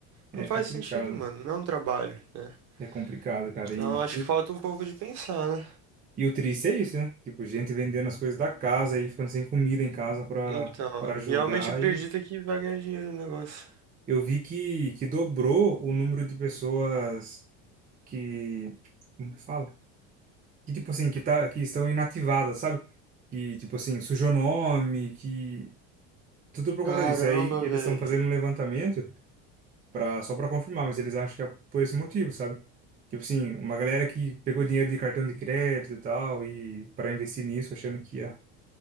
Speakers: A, on the right; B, on the right.
A: é
B: Não faz
A: complicado.
B: sentido, mano. Não é um trabalho, né?
A: É complicado, cara.
B: Então,
A: E,
B: eu acho
A: e,
B: que
A: o,
B: falta um pouco de pensar, né?
A: e o triste é isso, né? Tipo, gente vendendo as coisas da casa e ficando sem comida em casa pra,
B: Então,
A: pra jogar.
B: realmente acredita
A: E
B: que vai ganhar dinheiro no negócio.
A: eu vi que, que dobrou o número de pessoas que como que fala? Que tipo assim, que tá que estão inativadas, sabe? Que tipo assim, sujou nome, que tudo por conta
B: Caramba,
A: disso. Aí eles
B: velho.
A: estão fazendo um levantamento para só para confirmar, mas eles acham que é por esse motivo, sabe? Tipo assim, uma galera que pegou dinheiro de cartão de crédito e tal e para investir nisso, achando que ia